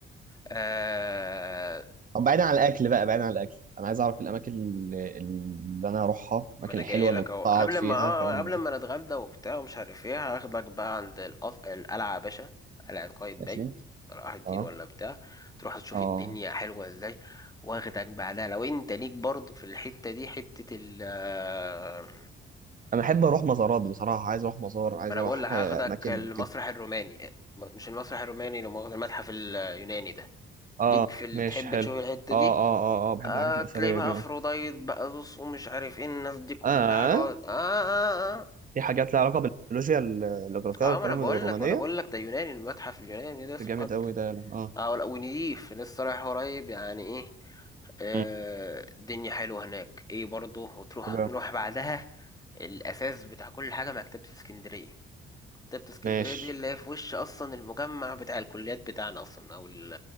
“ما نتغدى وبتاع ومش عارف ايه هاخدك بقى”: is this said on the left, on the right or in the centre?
Left